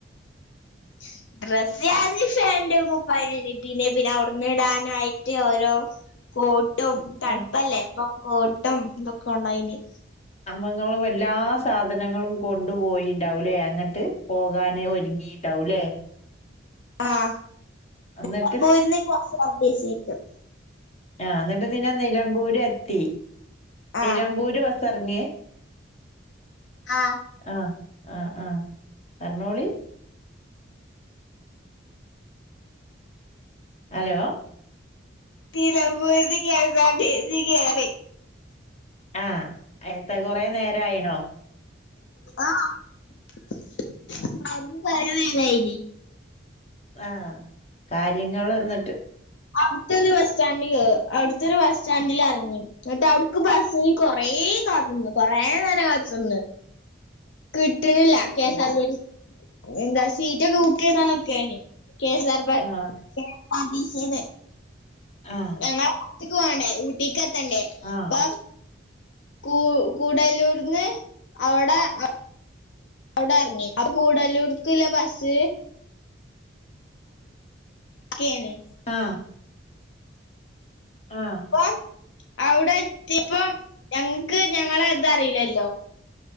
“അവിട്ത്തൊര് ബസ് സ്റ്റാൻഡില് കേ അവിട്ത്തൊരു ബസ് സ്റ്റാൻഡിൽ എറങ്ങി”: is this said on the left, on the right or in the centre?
Left